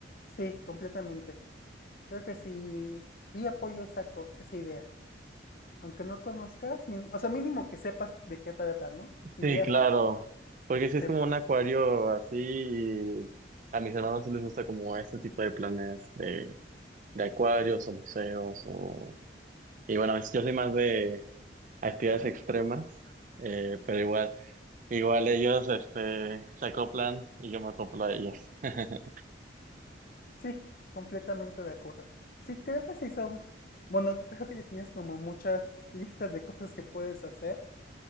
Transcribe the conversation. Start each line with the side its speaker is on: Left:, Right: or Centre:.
Left: Sí, completamente. Creo que sí, sí apoyo esa, co- esa idea. Aunque no conozcas, mini- o sea, mínimo que sepas de qué trata, ¿no? Si
Right: Sí,
Left: viajas,
Right: claro, porque si es
Left: te-
Right: como un acuario así y a mis hermanos sí les gusta como este tipo de planes de, de acuarios o museos o Y bueno, yo soy más de actividades extremas, eh, pero igual, igual ellos, este, se acoplan y yo me acoplo a ellos. <laughs>
Left: sí, completamente de acuerdo. Sí, creo que sí son, bueno, creo que ya tienes como muchas listas de cosas que puedes hacer.